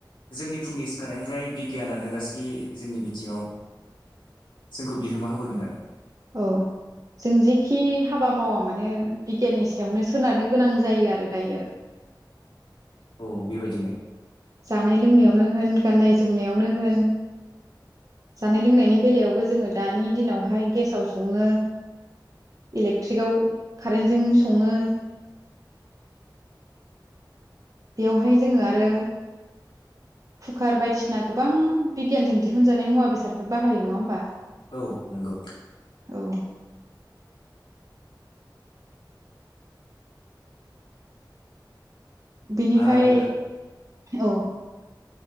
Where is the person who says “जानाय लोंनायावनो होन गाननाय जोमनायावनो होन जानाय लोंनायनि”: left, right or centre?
Right